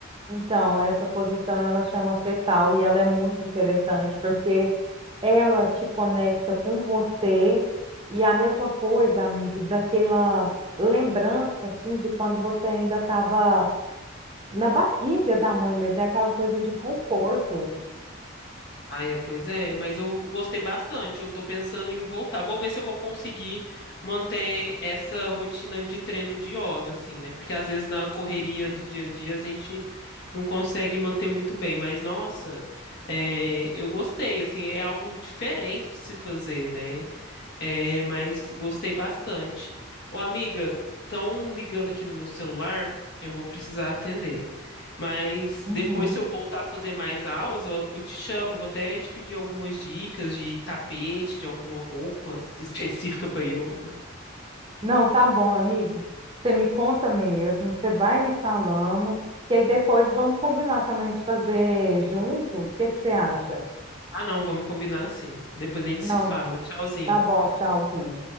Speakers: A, on the right; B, on the left.
A: Então, essa posição ela chama fetal e ela é muito interessante porque ela te conecta com você e a mesma coisa, amigo, daquela lembrança assim de quando você ainda estava na barriga da mãe mesmo, é aquela coisa de conforto.
B: Ah, é, pois é, mas eu gostei bastante. Eu tô pensando em voltar. Vou ver se eu vou conseguir manter essa rotina de treino de yoga, assim, né? Porque às vezes na correria do dia a dia a gente não consegue manter muito bem. Mas nossa, é, eu gostei, assim, é algo diferente de se fazer, né? É, mas gostei bastante. Ô, amiga, estão ligando aqui no meu celular, eu vou precisar atender. Mas
A: Uhum.
B: depois, se eu voltar a fazer mais aulas, eu, eu te chamo. Vou até te pedir algumas dicas de tapete, de alguma roupa <laughs> específica para yoga.
A: Não, tá bom, amigo. Você me conta mesmo, você vai me falando, que aí depois vamos combinar também de fazer juntos. O que que você acha?
B: Ah, não, vamos combinar sim. Depois a gente
A: Não,
B: se fala. Tchauzinho.
A: tá bom, tchauzinho.